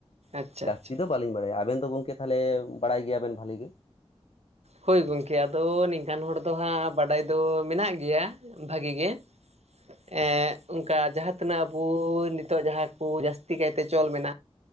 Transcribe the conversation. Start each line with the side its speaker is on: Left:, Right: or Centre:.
Right: ᱟᱪᱪᱷᱟ
Left: ᱡᱟᱹᱥᱛᱤ
Right: ᱟᱪᱪᱷᱟ
Left: ᱫᱚ ᱵᱟᱹᱞᱤᱧ ᱵᱟᱲᱟᱭᱟ ᱾ ᱟᱵᱮᱱ ᱫᱚ ᱜᱚᱝᱠᱮ ᱛᱷᱟᱞᱮ ᱵᱟᱲᱟᱭ ᱜᱮᱭᱟᱵᱮᱱ ᱵᱷᱟᱞᱤ ᱜᱮ?
Right: ᱦᱳᱭ ᱜᱚᱝᱠᱮ ᱟᱫᱚ ᱱᱤᱝᱠᱟᱱ ᱦᱚᱲ ᱫᱚ ᱦᱟᱸᱜ ᱵᱟᱰᱟᱭ ᱫᱚ ᱢᱮᱱᱟᱜ ᱜᱮᱭᱟ ᱵᱷᱟᱹᱜᱤ ᱜᱮ ᱾ ᱮᱜ ᱚᱱᱠᱟ ᱡᱟᱦᱟᱸ ᱛᱤᱱᱟᱹᱜ ᱟᱵᱩ ᱱᱤᱛᱚᱜ ᱡᱟᱦᱟᱸ ᱠᱩ ᱡᱟᱹᱥᱛᱤ ᱠᱟᱭᱛᱮ ᱪᱚᱞ ᱢᱮᱱᱟᱜ